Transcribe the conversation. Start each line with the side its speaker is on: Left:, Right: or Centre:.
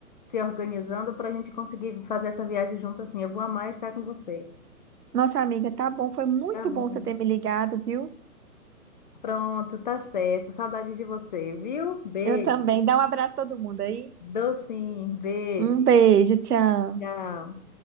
Left: se organizando para a gente conseguir fazer essa viagem junto assim. Eu vou amar estar com você.
Right: Nossa, amiga, tá bom, foi muito
Left: Tá bom.
Right: bom você ter me ligado, viu?
Left: Pronto, tá certo. Saudade de você, viu? Beijo.
Right: Eu também. Dá um abraço a todo mundo aí.
Left: Docinho, beijo.
Right: Um beijo, tchau.
Left: Tchau.